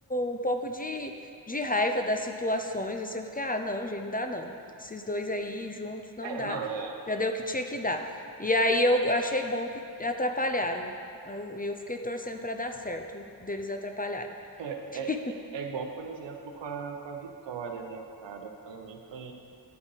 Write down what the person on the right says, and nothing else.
É,
não, é,
é,
é, é igual, por exemplo, com a, com a Vitória, né, cara? Pra mim foi.